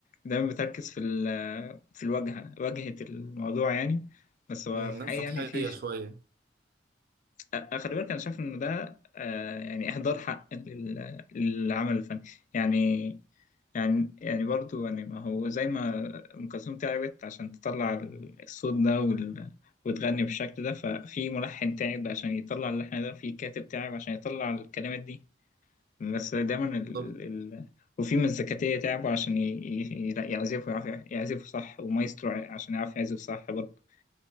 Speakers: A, on the left; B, on the right.
A: دايما بتركز في ال- آه، في الواجهه واجهه الموضوع يعني بس هو
B: امم،
A: في الحقيقه
B: ناس سطحيه
A: يعني في
B: شويه
A: أ- خلي بالك انا شايف انه ده آه، يعني اهدار حق لل- للعمل الفني يعني يعني يعني برضو يعني ما هو زي ما ام كلثوم تعبت عشان تطلع الصوت ده وال... وتغني بالشكل ده ففي ملحن تعب عشان يطلع اللحن ده في كاتب تعب عشان يطلع الكلمات دي بس دايما ال...
B: بالظبط
A: ال... وفي مزكاتية تعبوا عشان ي... ي... يعزفوا يعرفوا يعزفوا صح ومايسترو عشان يعرف يعزف صح برضه